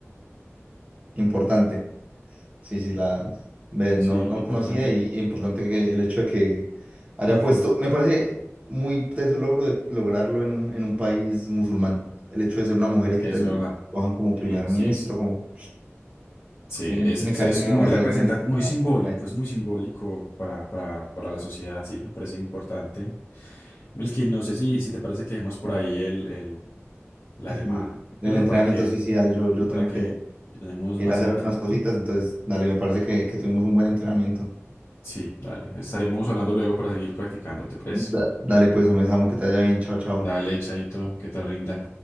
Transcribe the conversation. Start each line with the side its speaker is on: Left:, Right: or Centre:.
Right: Importante. Sí, sí, la ve,
Left: Sí,
Right: no, no
Left: importante.
Right: conocía y y importante que el hecho de que haya
Left: Ujú.
Right: puesto, me parece muy teso el logro de lograrlo en un, en un país musulmán. El hecho de ser una mujer y que
Left: Es
Right: te
Left: verdad.
Right: cojan como primer
Left: Sí, sí,
Right: ministro,
Left: sí.
Right: como
Left: Sí,
Right: tiene,
Left: es,
Right: tiene
Left: es,
Right: que haber
Left: es
Right: tenido
Left: muy
Right: demasiados
Left: representativo,
Right: méritos
Left: muy
Right: para,
Left: simbólico,
Right: para ello.
Left: es muy simbólico para, para, para la sociedad, sí, me parece importante. Melqui, no sé si, si te parece que dejemos por ahí el, el- la llamada,
Right: Y El
Left: ¿cierto?
Right: entrenamiento,
Left: Para que,
Right: sí, sí, dale, yo, yo
Left: y para
Right: tengo
Left: que
Right: que
Left: tenemos
Right: ir
Left: más
Right: a hacer
Left: en otro
Right: algunas
Left: momento.
Right: cositas, entonces, dale, me parece que, que tuvimos un buen entrenamiento.
Left: Sí, dale. Estaremos hablando luego para seguir practicando, ¿te parece?
Right: Da- dale, pues, un amo, que te vaya bien, chao, chao.
Left: Dale, Chaito, que te rinda.